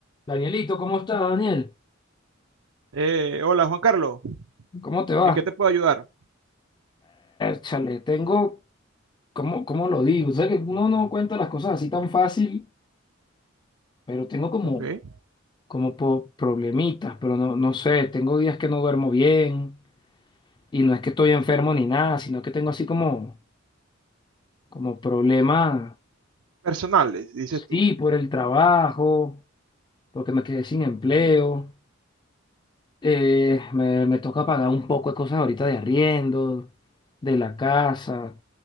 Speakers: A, on the left; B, on the right.
A: Danielito, ¿cómo estás, Daniel?
B: Eh, hola Juan Carlos,
A: ¿Cómo te va?
B: ¿en qué te puedo ayudar?
A: Chale, tengo, ¿cómo, cómo lo digo? Sé que uno no cuenta las cosas así tan fácil, pero tengo como,
B: Ok.
A: como po- problemitas, pero no, no sé, tengo días que no duermo bien y no es que estoy enfermo ni nada, sino que tengo así como, como problemas,
B: Personales, dices tú.
A: sí, por el trabajo, porque me quedé sin empleo, eh, me, me toca pagar un poco de cosas ahorita de arriendo, de la casa.